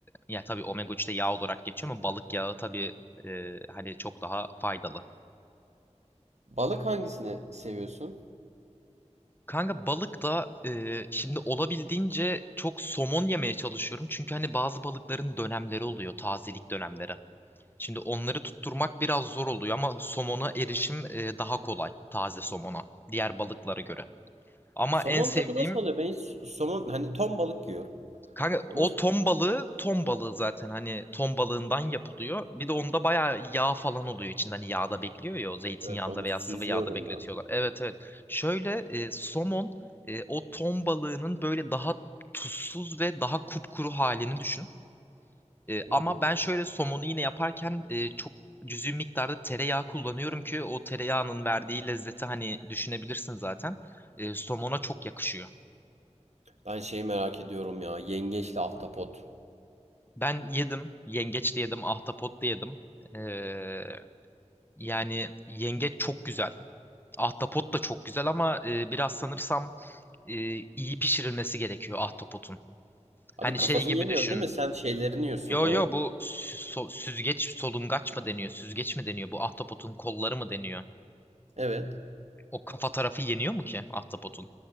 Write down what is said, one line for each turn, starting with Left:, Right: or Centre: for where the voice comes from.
Left: ya tabii omega 3 de yağ olarak geçiyor ama balık yağı tabii e, hani çok daha faydalı.
Right: Balık hangisini seviyorsun?
Left: Kanka balık da e, şimdi olabildiğince çok somon yemeye çalışıyorum. Çünkü hani bazı balıkların dönemleri oluyor, tazelik dönemleri. Şimdi onları tutturmak biraz zor oluyor ama somona erişim e, daha kolay, taze somona diğer balıklara göre. Ama
Right: Somon
Left: en sevdiğim
Right: tadı nasıl oluyor? Ben hiç somon hani ton balık yiyorum.
Left: Kanka
Right: Ama
Left: o ton balığı ton balığı zaten hani ton balığından yapılıyor. Bir de onda bayağı yağ falan oluyor içinde hani yağda bekliyor ya o zeytinyağında
Right: Evet onu
Left: veya
Right: süzüyorum
Left: sıvı yağda bekletiyorlar.
Right: ben.
Left: Evet evet. Şöyle e, somon e, o ton balığının böyle daha tuzsuz ve daha kupkuru halini düşün. E,
Right: Hı
Left: ama
Right: hı.
Left: ben şöyle somonu yine yaparken e, çok cüzi miktarda tereyağı kullanıyorum ki o tereyağının verdiği lezzeti hani düşünebilirsin zaten. E, somona çok yakışıyor.
Right: Ben şeyi merak ediyorum ya. Yengeçle ahtapot.
Left: Ben yedim. Yengeç de yedim. Ahtapot da yedim. Ee, yani yengeç çok güzel. Ahtapot da çok güzel ama e, biraz sanırsam e, iyi pişirilmesi gerekiyor ahtapotun.
Right: Abi
Left: Hani
Right: kafasını
Left: şey gibi
Right: yemiyorsun
Left: düşün.
Right: değil mi? Sen şeylerini yiyorsun
Left: Yo
Right: o.
Left: yo bu sü- so- süzgeç solungaç mı deniyor? Süzgeç mi deniyor? Bu ahtapotun kolları mı deniyor?
Right: Evet.
Left: O kafa tarafı yeniyor mu ki ahtapotun?